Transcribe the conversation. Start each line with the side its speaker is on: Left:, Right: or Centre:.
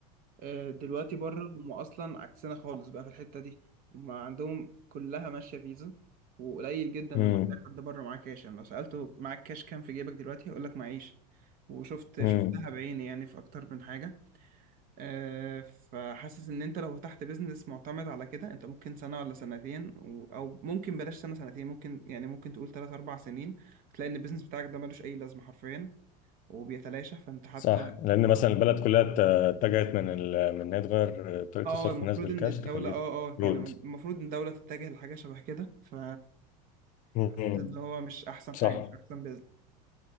Right: آه، دلوقتي بره هم اصلا عكسنا خالص بقى في الحته دي هم عندهم كلها ماشيه فيزا وقليل جدا
Left: امم
Right: لما تلاقي حد بره معاه كاش يعني لو سالته معاك كاش كام في جيبك دلوقتي هيقول لك معيش وشفت
Left: امم
Right: شفتها بعيني يعني في اكتر من حاجه آه، فحاسس ان انت لو فتحت بيزنس معتمد على كده انت ممكن سنة ولا سنتين و- او ممكن بلاش سنة سنتين ممكن يعني ممكن تقول تلات اربع سنين تلاقي ان البيزنس بتاعك ده ملوش اي لازمة حرفيا وبيتلاشى فانت حتى
Left: صح لان
Right: ممكن
Left: مثلا البلد كلها ات- اتجهت من ال... من ان هي تغير طريقه
Right: اه
Left: صرف
Right: المفروض
Left: الناس بالكاش
Right: ان الدولة
Left: تخليه
Right: اه اه
Left: بالكروت
Right: يعني المفروض ان الدولة تتجه لحاجة شبه كده ف
Left: امم
Right: حاسس ان هو مش احسن
Left: صح
Right: حاجة مش احسن